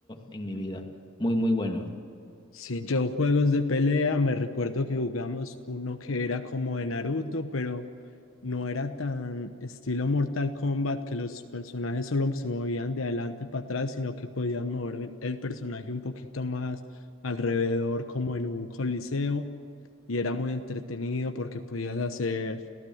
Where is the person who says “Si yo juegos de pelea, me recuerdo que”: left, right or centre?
Left